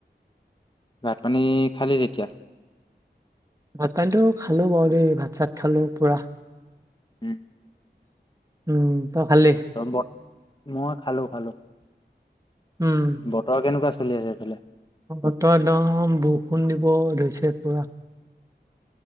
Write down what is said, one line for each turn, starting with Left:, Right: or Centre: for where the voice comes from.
Left: ভাত পানী খালি তেতিয়া
Right: ভাত পানী খালো বাৰু দেই ভাত চাত খালো পুৰা
Left: উম, <inaudible>
Right: উম ত খালি?
Left: ব মই খালো, খালো
Right: উম
Left: বতৰ কেনেকুৱা চলি আছে এইফালে
Right: বতৰ একদম বৰষুণ দিব ধৰিছে পৰা